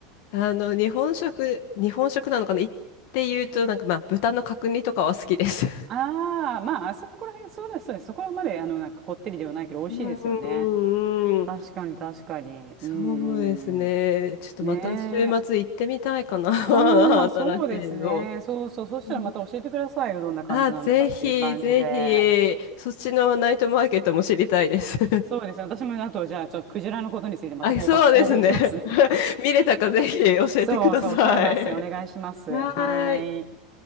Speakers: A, on the left (about 55°); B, on the right (about 25°).
A: あの、日本食、日本食なのかないって言うと、なんかまあ、豚の角煮とかは好きです。
B: ああ、まあ、あそこら辺、そうです、そうです。そこまで、あの、なんかこってりではないけど、美味しいですよね。
A: うんうんうんうん。
B: 確かに、確かに。
A: そうですね。
B: うん、うん。
A: ちょっとまた週末行ってみたいかな。
B: ねえ。
A: <laughs>
B: ああ、そうですね。
A: 新しいの。
B: そうそう。そしたらまた教えてくださいよ。
A: うん
B: どんな感じなんだかっていう感じで。
A: あ、ぜひ、ぜひ、そっちのナイトマーケットも知りたいです。<laughs>
B: そうですね。私も、あと、じゃあ、ちょっとクジラのことについてまた報告、
A: あ、そうですね。
B: 報告しますね。
A: <laughs> 見れたかぜひ教えてください。
B: そうそう、教えます。お願いします。
A: はーい。
B: はい。